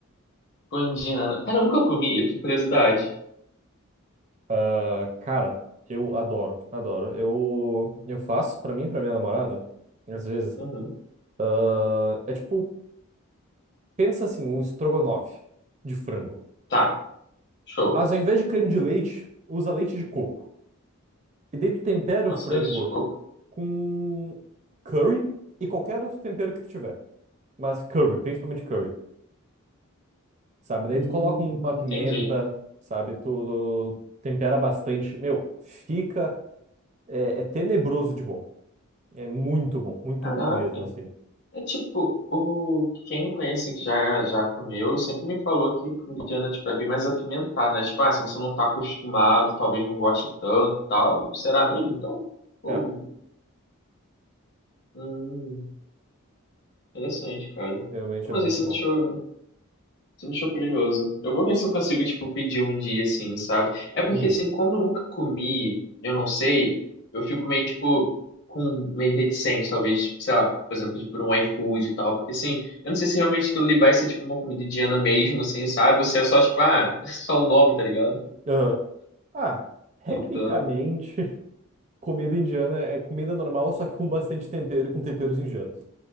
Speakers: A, on the left; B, on the right.
A: Pô, indiana. Cara, eu nunca comi, eu tenho curiosidade.
B: Ah, cara, eu adoro, adoro. Eu, eu faço pra mim, e pra minha namorada, às vezes.
A: Uhum.
B: ah, é tipo, pensa assim, um estrogonofe de frango.
A: Tá, show.
B: Mas ao invés de creme de leite, usa leite de coco. E daí tu tempera
A: Nossa,
B: o frango
A: leite de coco.
B: com curry e qualquer outro tempero que tu tiver. Mas curry, principalmente curry. sabe? Daí
A: Hum,
B: tu coloca um- uma
A: entendi.
B: pimenta, sabe? Tu, tu tempera bastante. Meu, fica. É, é tenebroso de bom. É muito bom, muito
A: Caraca.
B: bom mesmo, assim.
A: É tipo, o... quem conhece que já, já comeu, sempre me falou que comida indiana, tipo, é bem mais apimentada, né? Tipo, ah, se você não tá acostumado, talvez não goste tanto e tal. Será mesmo, então? Ou
B: É,
A: Hum, interessante, cara.
B: realmente
A: Pô,
B: é
A: Mas
B: muito
A: aí você
B: bom.
A: me deixou, você me deixou curioso. Eu vou ver se eu consigo, tipo, pedir um dia, assim, sabe? É porque,
B: Uhum.
A: assim, como eu nunca comi, eu não sei, eu fico meio, tipo, com, meio reticente, talvez, tipo, sei lá, por exemplo, pedir por um iFood e tal, porque, assim, eu não sei se realmente aquilo ali vai ser, tipo, uma comida indiana mesmo, assim, sabe? Ou se é só, tipo, ah, <laughs> só um nome, tá ligado?
B: Aham. Ah, tecnicamente,
A: Então,
B: <laughs> comida indiana é comida normal, só que com bastante tempero e com temperos indianos.